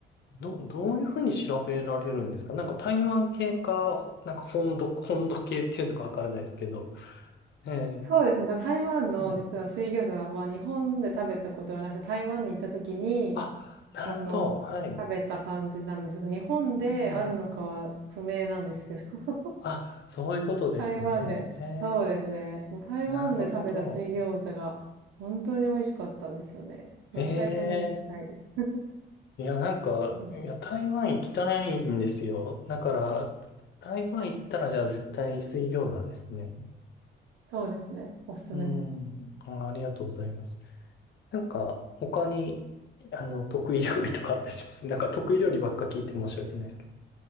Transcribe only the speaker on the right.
そうですね。台湾の実は水餃子は日本で食べたことがなくて、
台湾に行った時に、
あの、
食べた感じなんですけど、日本であるのかは不明なんですけど、
<laughs>
台湾で。
そうですね。もう台湾で食べた水餃子が本当に美味しかったんですよね。
もう一回食べに行きたいです。
うん、
そうですね。おすすめです。